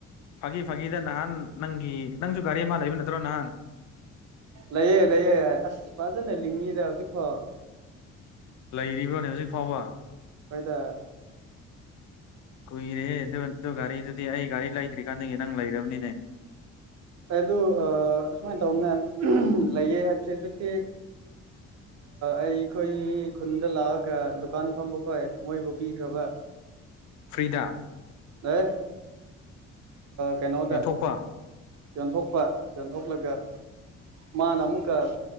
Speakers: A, on the left; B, on the right.
A: ꯐ ꯐꯥꯒꯤꯗ ꯅꯍꯥꯟ ꯅꯪꯒꯤ ꯅꯪꯁꯨ ꯒꯥꯔꯤ ꯑꯃ ꯂꯩꯕ ꯅꯠꯇ꯭ꯔꯣ ꯅꯍꯥꯟ
B: ꯂꯩꯑ ꯂꯩꯑ ꯑꯁ ꯐꯖꯅ ꯂꯤꯡꯉꯤꯗ ꯍꯧꯖꯤꯛꯈꯣ
A: ꯂꯩꯔꯤꯕ꯭ꯔꯣꯅꯦ ꯍꯧꯖꯤꯛ ꯐꯥꯎꯕ
B: ꯐꯣꯏꯗ
A: ꯀꯨꯏꯔꯦ ꯑꯗꯨ ꯑꯗꯨ ꯒꯥꯔꯤꯗꯨꯗꯤ ꯑꯩ ꯒꯥꯔꯤ ꯂꯩꯇ꯭ꯔꯤꯀꯥꯟꯗꯒꯤ ꯅꯪ ꯂꯩꯔꯕꯅꯤꯅꯦ
B: ꯑꯗꯨ ꯑꯨꯃꯥꯏꯅ ꯇꯧꯅꯦ ꯂꯩꯌꯦ ꯍꯥꯏꯕꯁꯦ ꯍꯧꯖꯤꯛꯇꯤ ꯑꯩꯈꯣꯏ ꯈꯨꯟꯗ ꯂꯥꯛꯑꯒ ꯗꯨꯀꯥꯟ ꯐꯝꯕ ꯈꯣꯏ ꯃꯣꯏꯕꯨ ꯄꯤꯈ꯭ꯔꯕ ꯎꯝ
A: ꯐ꯭ꯔꯤꯗꯥ
B: ꯑꯦ ꯀꯩꯅꯣꯗ
A: ꯌꯦꯟꯊꯣꯛꯄ
B: ꯌꯣꯟꯊꯣꯛꯄ ꯌꯣꯟꯊꯣꯛꯂꯒ ꯃꯥꯅ ꯑꯃꯨꯛꯀ ꯣꯠ